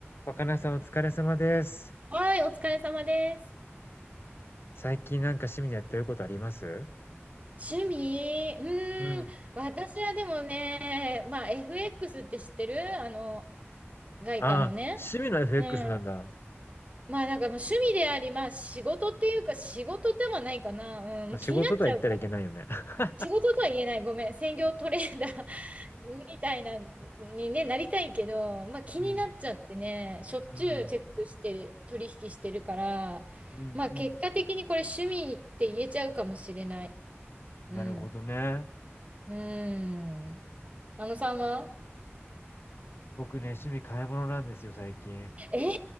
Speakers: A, on the left; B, on the right.
A: 若菜さんお疲れ様です。
B: はい、お疲れ様です。
A: 最近なんか趣味でやってることあります
B: 趣味、うーん、
A: うん、
B: 私はでもね、まあ FX って知ってるあの、外貨のね。
A: ああ、趣味の FX
B: うん。
A: なんだ。
B: まあなんかもう趣味であり、まあ仕事っていうか仕事ではないかな。うん、
A: まあ仕事とは言ったらいけないよね。
B: もう気になっちゃうから。
A: <laughs>
B: 仕事とは言えない。ごめん。専業トレーダー <laughs> みたいな、にね、なりたいけど、まあ気になっちゃってね、
A: うん、
B: しょっちゅうチェックしてる、
A: うん、
B: 取引してるから、
A: うん、う
B: まあ結果的にこれ趣味って言えちゃうかもしれない。
A: ん。
B: うん。
A: なるほどね。
B: うーん。あのさんは
A: 僕ね、趣味買い物なんですよ、最近。
B: えー、